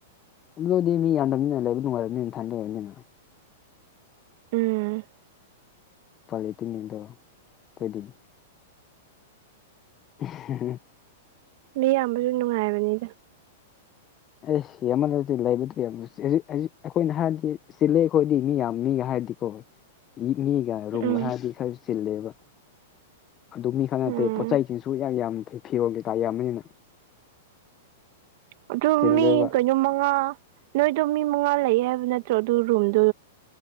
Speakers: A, on the left; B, on the right.
A: ꯑꯗꯨꯗꯤ ꯃꯤ ꯌꯥꯝꯗꯝꯅꯤꯅ ꯂꯩꯕ ꯅꯨꯡꯥꯏꯔꯝꯅꯤꯅ ꯊꯟꯗ ꯑꫭꯏꯕꯅꯤꯅ꯫
B: ꯎꯝ꯫
A: ꯄꯂꯤꯇꯤꯟꯅꯤꯗꫭ ꯈꫭꯏꯗꯤ꯫ ꯎꯝ ꯍꯝ ꯍꯝ
B: ꯃꯤ ꯌꯥꯝꯕꯁꯨ ꯅꯨꯡꯉꯥꯏꯕꯅꯤꯗ
A: ꯑꯩꯁ ꯌꯥꯝꯃꯜꯂꯗꯤ ꯂꯩꯕꯗꯨ ꯌꯥꯝ ꯑꯩꯈꯣꯏꯅ ꯍꯥꯏꯔꯗꯤ ꯆꯤꯂꯦ ꯑꯩꯈꯣꯏꯗꯤ ꯃꯤ ꯌꯥꯝ ꯃꯤꯒ ꯍꯥꯏꯔꯗꯤ ꯍꫭꯏ ꯒꯤ ꯃꯤꯒ꯫ ꯔꯨꯝꯒ
B: ꯎꯝ
A: ꯍꯥꯏꯔꯗꯤ ꯈꯔ ꯆꯤꯜꯂꯦꯕ ꯑꯗꯨ ꯃꯤ ꯈꯛ ꯅꯠꯇꯦ
B: ꯎꯝ
A: ꯄꯣꯠꯆꯩꯁꯤꯡꯁꯨ ꯌꯥꯝ ꯌꯥꯝ ꯐꯤ ꯐꯤꯔꯣꯜ ꯀꯩꯀꯥ ꯌꯥꯝ ꯕꯅꯤꯅ꯫
B: ꯑꯗꯨ
A: ꯆꯤꯜꯂꯦꯕ
B: ꯃꯤ ꯀꯩꯅꯣ ꯃꯉꯥ ꯅꯣꯏꯗꯣ ꯃꯤ ꯃꯉꯥ ꯂꯩꯌ‌ꯦ ꯍꯥꯏꯕ ꯅꯠꯇ꯭ꯔꯣ ꯑꯗꯨ ꯔꯨꯝꯗꯣ